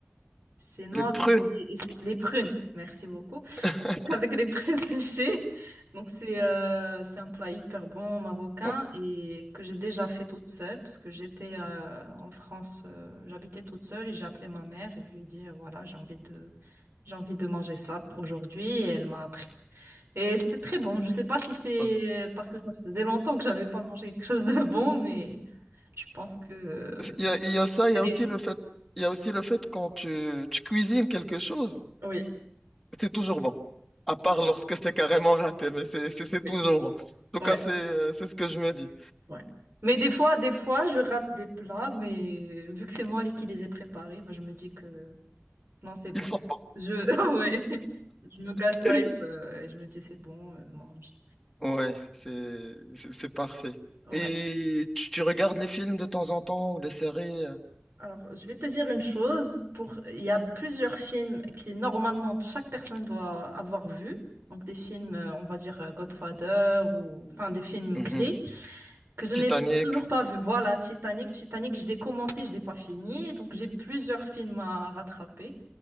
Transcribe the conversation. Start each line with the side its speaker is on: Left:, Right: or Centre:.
Right: C'est noir
Centre: les prunes.
Right: et c'est et c'est- les prunes. Merci beaucoup. <laughs>
Centre: <laughs>
Right: Donc, avec les prunes <laughs> séchées. Donc c'est euh, c'est un plat hyper bon marocain
Centre: Bon.
Right: et que j'ai déjà fait toute seule parce que j'étais euh, en France, euh, j'habitais toute seule et j'ai appelé ma mère et je lui ai dit euh, voilà j'ai envie de j'ai envie de manger ça aujourd'hui et elle m'a appris. Et c'était très bon. Je sais pas si c'est
Centre: Ah.
Right: parce que ça faisait longtemps que j'avais pas mangé quelque chose de bon, mais je pense que
Centre: Il y a, il y a ça, il
Right: c'est
Centre: y a
Right: réussi.
Centre: aussi le fait, il y a aussi le fait quand tu, tu cuisines quelque chose,
Right: Oui,
Centre: c'est toujours bon. À part lorsque c'est carrément raté, mais c'est c'est- c'est
Right: oui,
Centre: toujours bon. En tout
Right: ouais,
Centre: cas, c'est euh, c'est ce que je me dis.
Right: ouais. Mais des fois, des fois, je rate des plats, mais vu que c'est moi qui les ai préparés, bah, je me dis que non, c'est bon.
Centre: Ils sont bons.
Right: Je, <laughs> ouais, je me gaslight,
Centre: <laughs>
Right: euh, et je me dis c'est bon, euh, mange.
Centre: Ouais, c'est c'est c'est parfait.
Right: Ouais.
Centre: Et tu, tu regardes les films de temps en temps ou les séries euh,
Right: Alors, je vais te dire une chose. Pour, il y a plusieurs films qui, normalement, chaque personne doit avoir vu. Donc, des films, euh, on va dire, euh, Godfather ou, enfin, des films
Centre: mhm.
Right: clés que je
Centre: Titanic.
Right: n'ai toujours pas vu. Voilà, Titanic. Titanic, je l'ai commencé, je l'ai pas fini. Donc, j'ai plusieurs films à rattraper.